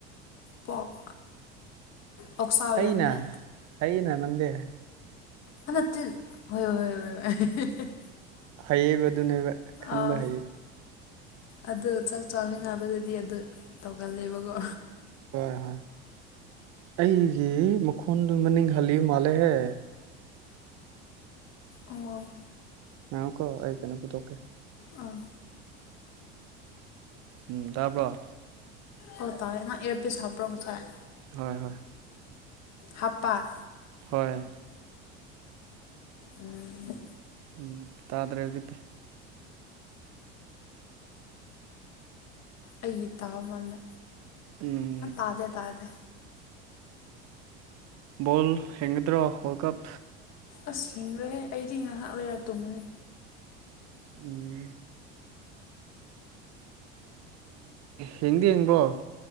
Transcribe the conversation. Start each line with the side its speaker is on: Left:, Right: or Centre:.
Left: ꯄꯣꯛ ꯑꯣꯛꯁꯥ ꯑꯣꯏꯔꯝꯅꯦ
Right: ꯍꯩꯅꯥ ꯍꯩꯌꯦꯅ ꯅꯪꯗꯤ
Left: ꯍꯥꯅꯇꯤꯜ ꯍꯣꯏ ꯍꯣꯏ ꯍꯣꯏ ꯍꯣꯏ
Right: ꯍꯩꯌꯦꯕ ꯑꯗꯨꯅꯦꯕ ꯈꯟꯕ
Left: ꯑꯥ
Right: ꯍꯩꯌꯦ
Left: ꯑꯗꯨ ꯆꯥꯛ ꯆꯥꯃꯤꯟꯅꯕꯗꯗꯤ ꯑꯗꯨ ꯇꯧꯒꯜꯂꯦꯕꯀꯣ
Right: ꯍꯣꯏ ꯍꯣꯏ ꯑꯩꯒꯤꯁꯤ ꯃꯈꯨꯟꯗꯨ ꯃꯅꯤꯡ ꯍꯜꯂꯤꯕ ꯃꯥꯜꯂꯦꯍꯦ
Left: ꯑꯣ
Right: ꯉꯥꯏꯌꯣꯀꯣ ꯑꯩ ꯀꯩꯅꯣꯝ ꯄꯨꯊꯣꯛꯀꯦ
Left: ꯑꯥ
Right: ꯎꯝ ꯇꯥꯕ꯭ꯔꯣ
Left: ꯑꯧ ꯇꯥꯏꯅ ꯑꯦꯔ ꯄꯤꯁ ꯍꯥꯞꯄꯔꯣ ꯉꯁꯥꯏ
Right: ꯍꯣꯏ ꯍꯣꯏ
Left: ꯍꯥꯞꯄ
Right: ꯍꯣꯏ
Left: ꯎ
Right: ꯎꯝ ꯇꯥꯗ꯭ꯔꯦ ꯍꯧꯖꯤꯛꯇ
Left: ꯑꯩꯒꯤ ꯇꯥꯕꯃꯜꯂꯦ
Right: ꯎꯝ
Left: ꯇꯥꯖꯦ ꯇꯥꯖꯦ
Right: ꯕꯣꯜ ꯍꯦꯟꯒꯗ꯭ꯔꯣ ꯋꯥꯔꯜ ꯀꯞ
Left: ꯑꯁ ꯍꯤꯡꯡꯂꯦ ꯑꯩꯗꯤ ꯉꯥꯏꯍꯥꯛ ꯂꯌꯥ ꯇꯣꯡꯕꯅꯤ
Right: ꯎꯝ ꯍꯦꯡꯗꯤ ꯍꯡꯕ꯭ꯔꯣ